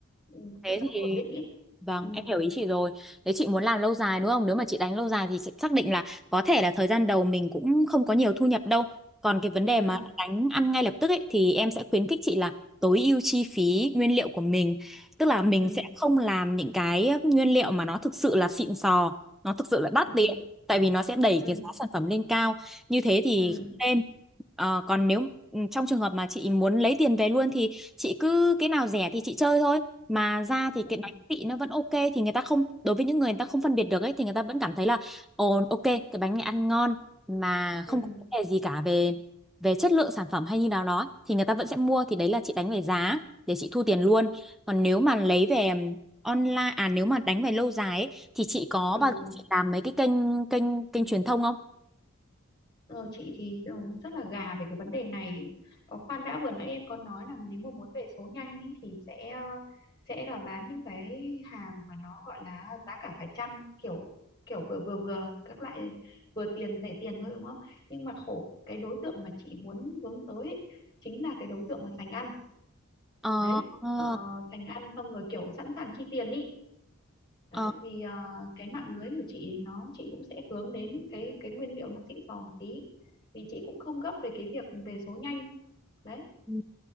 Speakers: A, on the left (about 20°); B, in the centre.
A: ừ, cho
B: thế
A: nó
B: thì
A: ổn định ấy
B: vâng
A: ừ
B: em hiểu ý chị rồi nếu chị muốn làm lâu dài đúng không nếu mà chị đánh lâu dài thì sẽ xác định là có thể là thời gian đầu mình cũng không có nhiều thu nhập đâu còn cái vấn đề
A: ừ
B: mà đánh ăn ngay lập tức ấy thì em sẽ khuyến khích chị là tối ưu chi phí nguyên liệu của mình tức là mình
A: ừ
B: sẽ không làm những cái nguyên liệu mà nó thực sự là xịn sò nó thực sự là đắt
A: ừ
B: tiền tại vì nó sẽ đẩy
A: ừ
B: cái giá sản phẩm lên cao như thế thì
A: ừ
B: không nên Ờ, còn nếu ừ, trong trường hợp mà chị muốn lấy tiền về luôn thì chị cứ cái nào rẻ thì chị chơi thôi mà ra thì
A: ừ
B: cái bánh vị nó vẫn ok thì người ta không đối với những người người ta không phân biệt được ấy thì người ta vẫn cảm thấy là ồ ok cái bánh này ăn ngon mà
A: ừ
B: không có vấn đề gì cả về về chất lượng sản phẩm hay như nào đó thì người ta vẫn sẽ mua thì đấy là chị đánh về giá để chị thu tiền luôn còn nếu mà lấy về um, online à nếu mà đánh về lâu dài ấy, thì chị có
A: ừ
B: bao giờ chị làm mấy cái kênh kênh kênh truyền thông không
A: Ờ, chị thì ờ, rất là gà về cái vấn đề này. Ờ, khoan đã vừa nãy em có nói là nếu mà muốn về số nhanh ý, thì sẽ ờ, sẽ là bán những cái hàng mà nó gọi là giá cả phải chăng kiểu kiểu vừa vừa vừa các loại vừa tiền rẻ tiền thôi đúng không? Nhưng mà khổ cái đối tượng mà chị muốn hướng tới ý, chính là cái đối tượng mà sành ăn
B: ờ
A: đấy
B: ờ
A: ờ, sành ăn xong rồi kiểu sẵn sàng chi tiền ý đấy
B: ờ
A: vì ờ, cái mạng lưới của chị nó chị cũng sẽ hướng đến cái cái nguyên liệu nó xịn sò một tí vì chị cũng không gấp về cái việc về số nhanh đấy
B: ừ.